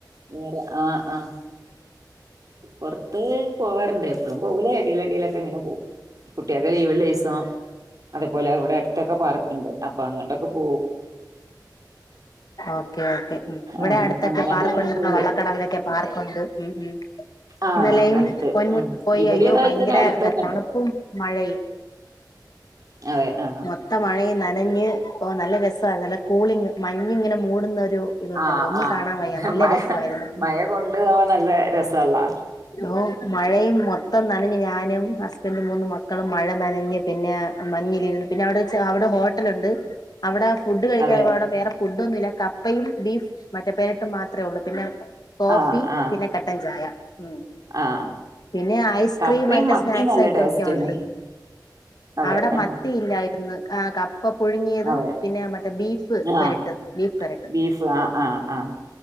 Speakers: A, on the right; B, on the left.
A: വേറെ ആഹ് ആഹ് പുറത്ത് പോവാറുണ്ട് എപ്പോഴും പോകൂലേ അടിൽ അടിയിലൊക്കെ ഇങ്ങനെ പോകും കുട്ടിയൊക്കെ ലീവുള്ള ദിസം അതേപോലെ അവിടെ അടുത്തൊക്കെ പാർക്ക്ണ്ട് അപ്പൊ അങ്ങോട്ടൊക്കെ പോവും
B: ഓക്കേ ഓക്കേ ഇവിടെ
A: ആഹ്
B: അടുത്തൊക്കെ
A: അങ്ങനെയൊക്കെ
B: പാർക്കുണ്ട
A: ഇങ്ങനെ പോയി
B: വള്ളക്കടവിലൊക്കെ
A: വരും
B: പാർക്കുണ്ട് ഉം ഉം
A: ആഹ്
B: ഇന്നലയും
A: അടുത്ത്
B: പൻമട്ട
A: ഉം
B: പോയി
A: ഇവിടെ
B: അയ്യോ
A: അതേപോലെ
B: ഭയങ്കര
A: തന്നെ അടുത്തൊക്കെ
B: തണുപ്പും
A: ഉണ്ട്
B: മഴയും
A: അതെ അ ആഹ്
B: മത്ത മഴയെ നനഞ്ഞ് ഓ നല്ല രസമായി നല്ല കൂളിങ് മഞ്ഞി ഇങ്ങനെ മൂടുന്ന ഒരു ഇതുണ്ടല്ലോ
A: ആഹ്
B: ഒന്നും
A: ആഹ
B: കാണാൻ വയ്യ നല്ല
A: മഴ
B: രസമായിരുന്നു
A: മഴ
B: ഉം
A: കൊണ്ട് ആവാൻ നല്ല രസള്ളാ
B: ഓ മഴയും മൊത്തം നനഞ്ഞ് ഞാനും ഹസ്ബൻഡും മൂന്നും മക്കളും മഴ നനഞ്ഞ് പിന്നെ മഞ്ഞിലിരുന്നു പിന്നെ അവിടെ അവിടെ ഹോട്ടലുണ്ട് അവിടെ ഫുഡ് കഴിക്കാ
A: അതെ
B: അവിടെ വേറെ ഫുഡ ഒന്നുമല്ല കപ്പയും ബീഫ് മറ്റേ പേരിട്ടും മാത്രേ ഉള്ളൂ പിന്നെ കോഫി
A: ആഹ് ആഹ്
B: പിന്നെ കട്ടൻ ചായ ഉം
A: ആഹ്
B: പിന്നെ ഐസ്ക്രീം
A: കപ്പയും
B: ആയിട്ടോ
A: മത്തിയും
B: സ്നാക്സ്
A: നല്ല
B: ആയിട്ടോ
A: ടേസ്റ്റാണ്
B: ഒക്കെ ഉണ്ട്
A: അതെ
B: അവിടെ
A: ആഹ്
B: മത്തിയില്ലായിരുന്നു കപ്പ പുഴുങ്ങിയതും
A: അതെ
B: പിന്നെ മറ്റേ ബീഫ് പരട്ട
A: ആഹ്
B: ബീഫ് പരട്ട്
A: ബീഫ് ആഹ് ആഹ് ആഹ്